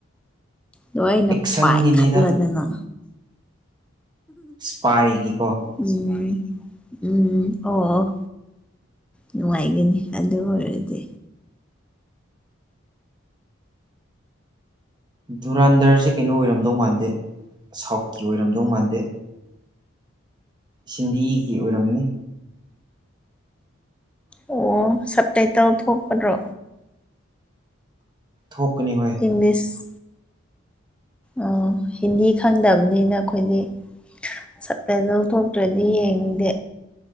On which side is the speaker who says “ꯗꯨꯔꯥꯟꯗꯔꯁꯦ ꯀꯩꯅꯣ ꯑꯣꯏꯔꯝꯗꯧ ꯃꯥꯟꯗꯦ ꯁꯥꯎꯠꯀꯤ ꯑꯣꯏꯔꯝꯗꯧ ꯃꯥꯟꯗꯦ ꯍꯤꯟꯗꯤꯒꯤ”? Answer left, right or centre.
Right